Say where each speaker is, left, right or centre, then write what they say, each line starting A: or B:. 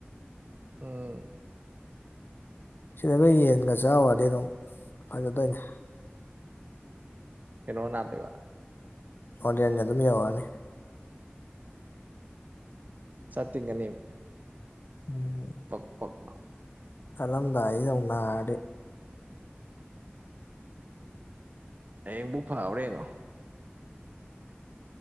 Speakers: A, on the right (about 45°); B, on the left (about 60°).
A: ꯎꯝ
B: ꯁꯤꯗꯒ ꯌꯦꯟꯒ ꯆꯥꯎꯔꯗꯤ ꯑꯗꯨꯝ ꯐꯖꯗꯣꯏꯅꯤ
A: ꯀꯩꯅꯣ ꯅꯥꯠꯇꯦꯕ꯫
B: ꯑꯣꯅꯦꯅ ꯑꯗꯨꯝ ꯌꯧꯔꯛꯑꯅꯤ꯫
A: ꯆꯠꯇꯤꯡꯒꯅꯤꯕ꯫
B: ꯎꯝ꯫
A: ꯄꯛ ꯄꯛ ꯂꯧꯅ꯫
B: ꯆꯠꯜꯂꯝꯗꯥꯏꯁꯤꯗ ꯑꯃꯨꯛ ꯅꯥꯔꯗꯤ꯫
A: ꯍꯌꯦꯡꯕꯨ ꯐꯥꯎꯔꯦ ꯌꯦꯡꯉꯣ꯫